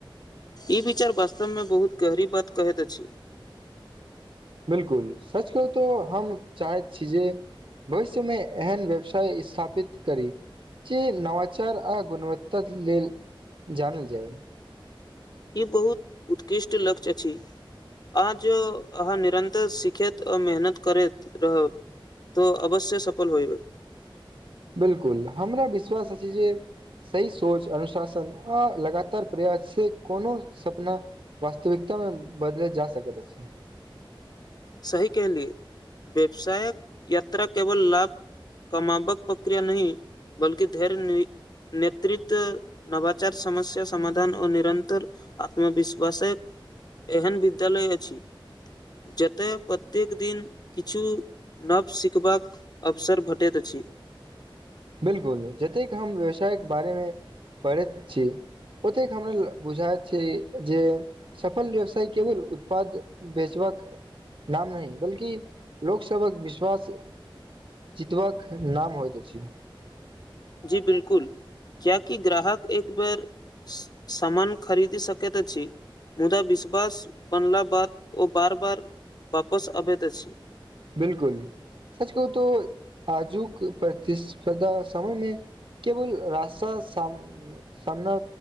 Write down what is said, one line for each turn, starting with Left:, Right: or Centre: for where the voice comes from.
Left: ई विचार वास्तवमे बहुत गहरी बात कहैत अछि।
Right: बिलकुल सच कह तो हम चाहैत छी। जे भविष्यमे एहन व्यवसाय स्थापित करी जे नवाचार आ गुणवत्ता लेल जानल जाय
Left: ई बहुत उत्कृष्ट लक्ष्य अछि। आज अहाँ निरन्तर सिखैत आ मेहनत करैत रहब तऽ अवश्य सफल होयबै
Right: बिलकुल हमरा विश्वास अछि जे सही सोच अनुशासन आ लगातार प्रयास से कोनो सपना वास्तविकता मे बदलैत जा सकैत अछि
Left: सही कहलियै व्यवसायक <unintelligible> केवल लाभ कामाबक प्रक्रिया नहि बल्कि धैर्य नेतृत्व नवाचार समस्या समाधान ओ निरंतर आत्मविश्वासे एहन विद्यालय अछि जे ओ तऽ प्रत्येक दिन किछु नव सिखबाक अवसर भेटैत अछि <inaudible>
Right: बिलकुल जतेक हम व्यवसायक बारेमे पढ़ैत छी। ओतेक हमरा ल बुझाय छै, जे सफल व्यवसाय केवल उत्पाद बेचबा नाम नहि बल्कि लोकसभक विश्वास चितवक नाम होइत छै।
Left: जी बिलकुल कियाकी ग्राहक एक बेर सामन खरीद सकैत अछि। मुदा विश्वास बनला बाद ओ बार बार वापस अबैत अछि।
Right: बिलकुल सच कहू तो आजुक प्रतिस्पर्धा समयमे केवल रास्ता साम सामना